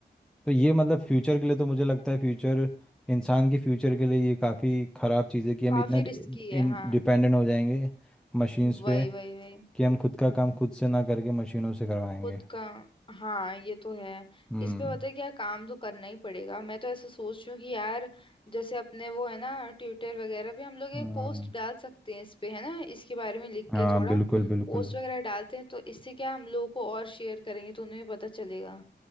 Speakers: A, in the centre; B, on the left.
A: तो ये मतलब फ्यूचर के लिए तो मुझे लगता है फ्यूचर इंसान के फ्यूचर के लिए ये काफ़ी ख़राब चीज़ है कि हम
B: काफी
A: इतना
B: रिस्की है
A: इन
B: हाँ
A: डिपेंडेंट हो जाएंगे मशीन्स
B: वही
A: पे
B: वही वही
A: कि हम खुद का काम खुद से ना करके मशीनों से करवाएंगे
B: खुद का हाँ ये तो है
A: हम्म
B: इस पे पता है क्या काम तो करना ही पड़ेगा मैं तो ऐसा सोच रही हूँ कि यार जैसे अपने वो है ना ट्विटर वगैरह पे हम लोग
A: हम्म,
B: एक पोस्ट डाल सकते हैं इस पे है ना इसके बारे में लिख
A: हाँ
B: के थोड़ा
A: बिल्कुल बिल्कुल
B: पोस्ट वगैरह डालते हैं तो इससे क्या हम लोगों को और शेयर करेंगे तो उन्हें भी पता चलेगा